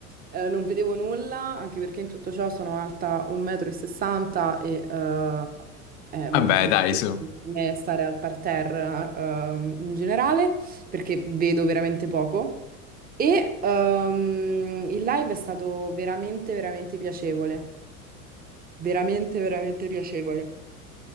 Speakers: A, on the right; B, on the left.
A: Eh, non vedevo nulla, anche perché in tutto ciò sono alta 1,60 m e sessanta e eh, è
B: Vabbè,
A: molto difficile
B: dai, su.
A: per me stare al parterre eh, in generale perché vedo veramente poco. E ehm, il live è stato veramente, veramente piacevole veramente, veramente piacevole.